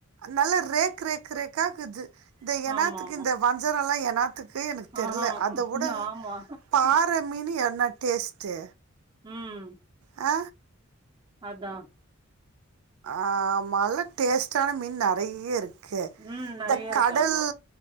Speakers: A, on the right (about 80°); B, on the right (about 20°).
A: நல்லா ரேக் ரேக் ரேக்காகக்குது இந்த எனாத்துக்கு
B: ஆமா ஆமா
A: இந்த வஞ்சரல்லா எனாத்துக் கு எனக் தெர்ல
B: ஆஹா
A: அத
B: ம்,
A: வுட
B: ஆமா
A: பாற மீனு என்னா டேஸ்ட்டு
B: ம்
A: ஆ
B: அதா
A: ஆமால டேஸ்ட்டான மீன் நெறைய இருக் கு
B: ம்
A: இந்தக்கடல்
B: நெறைய இருக்கு ஆமா